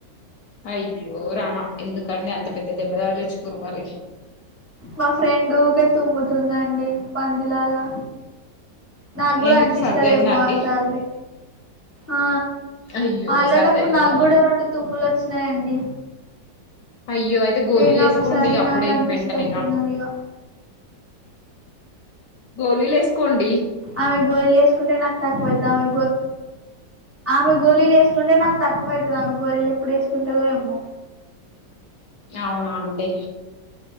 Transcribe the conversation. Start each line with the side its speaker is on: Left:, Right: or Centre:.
Left: అయ్యో రామా ఎందుకండి అంత పెద్ద దెబ్బ తాగిలిచ్చుకురు మరి
Right: మా ఫ్రెండుకే తుమ్ముతుందండి పంది లాగా నాకు కూడా
Left: ఎందుకు
Right: అంటిస్తదేమో
Left: సర్దయిందా అండి
Right: ఈ సారి ఆ
Left: అయ్యో
Right: ఆల్రెడీ
Left: సర్దయిందేమో
Right: అప్పుడే నాకు కూడా రెండు తుమ్ములు వచ్చినాయండి
Left: అయ్యో అయితే గోళలు
Right: ఇంగా
Left: వేసుకోండి
Right: ఆమె సర్ది
Left: అప్పుడే
Right: నాకు అంటిస్తట్టున్నది
Left: వెంటనే ఇంగా
Right: ఇగ
Left: గోలీలు వేసుకోండి
Right: ఆమె గోళ్లు వేసుకుంటే నాకు తక్కువ అయిత ఆమె గో ఆమె గోళలు వేసుకుంటే నాకు తక్కువ అవుతుంది ఆమె గోళలీలు ఎప్పుడు వేసుకుంటుందో ఏమో
Left: అవునా అండి